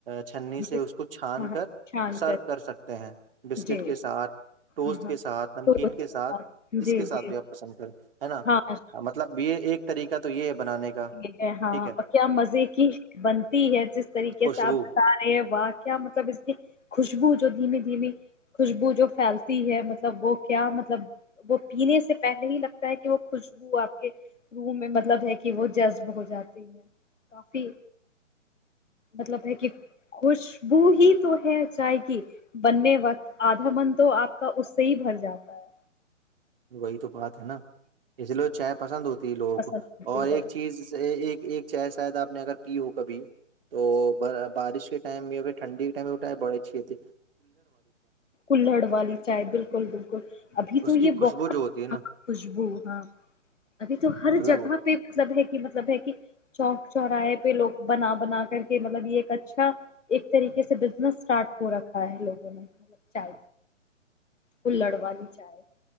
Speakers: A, on the right (about 50°); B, on the left (about 75°).
A: چھننی
B: جی
A: سے اس کو چھان
B: ہاں
A: کر
B: ہاں چھان
A: سرو کر سکتے ہیں بسکٹ
B: جی
A: کے ساتھ ٹوس
B: ہاں ہاں
A: کے ساتھ نمکین
B: تو اس
A: کے ساتھ
B: بعد
A: جس
B: جی
A: کے ساتھ
B: جی
A: بھی آپ پسند کریں ج <inaudible> ہے نا
B: ہاں
A: مطلب یہ ایک طریقہ تو یہ بنانے کا
B: ج ہاں
A: ٹھیک ہے
B: اور کیا مزے کی بنتی ہے جس طریقے
A: خوشبو
B: سے آپ بتا رہے ہیں واہ کیا مطلب اس کی خوشبو دھی دھی خوشبو جو پھیلتی ہے مطلب وہ کیا مطلب وہ پینے سے پہلے ہی لگتا ہے کہ وہ خوشبو آپ کے روح میں مطلب ہے کہ کہ وہ جذب ہو جاتی ہے کافی مطلب ہے کہ خوشبو ہی تو ہے چائے کہ بننے وقت آدھا من تو آپ کا اس سے ہی بھر جاتا ہے
A: وہی تو بات ہے نا اس لے چیپ پسند ہو ت لوگوں
B: پسند
A: اور
B: لوگ
A: ایک چیز ایک ایک چے شاید آپ نے اگر کی ہو کبھی تو بارش ٹائم میں ا ٹھنی ٹائم اٹھ ہے بڑ اچیتی
B: کلہڑ والی چائے بالکل بالکل ابھی
A: اس
B: تو
A: کی
B: یہ
A: خوشبو
B: بہت
A: جو ہوتی ہے نا
B: خوشبو ہاں ابھی تو ہر
A: الگ
B: جگہ
A: ہوتی ہے.
B: پہ مطلب ہے کہ مطلب ہے کہ چوک چوراہے پہ لوگ بنا بنا کر کے مطلب یہ ایک اچھا ایک طریقے سے بزنس اسٹارٹ ہو رکھا ہے لگوں نے مطب چاہ وہ لڑوا لیی چائے